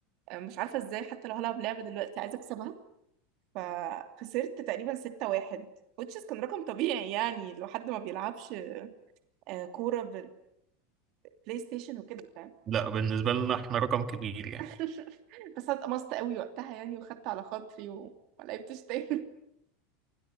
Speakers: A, on the right (about 45°); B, on the right (about 25°).
A: آه، مش عارفه ازاي حتى لو هلعب لعبه دلوقتي عايزه اكسبها فخسرت تقريبا 6 واحد which is كان رقم طبيعي يعني لو حد ما بيلعبش آه، كورة بلاي ستيشن وكده فاهم
B: لا بالنسبة لنا إحنا رقم كبير يعني
A: <laughs> بس اتقمصت قوي وقتها يعني وخدت على خاطري و... ما لعبتش تاني